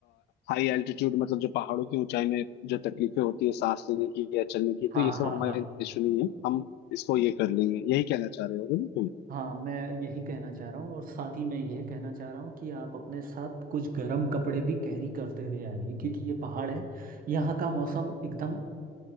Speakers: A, on the left; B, on the right.
A: हाई एल्टीट्यूड मतलब जो पहाड़ों की ऊंचाई में जो तकलीफें होती है सांस लेने की या चलने की
B: हाँ
A: तो ये सब
B: हाँ
A: हमारे
B: हाँ
A: इशू नहीं है हम इसको ये कर लेंगे यही कहना चाह रहे होगे ना तुम
B: हाँ मैं यही कहना चाह रहा हूँ और साथ ही मैं यह कहना चाह रहा हूँ कि आप अपने साथ कुछ गर्म कपड़े भी कैरी करते हुए आइए क्योंकि ये पहाड़ है यहाँ का मौसम एकदम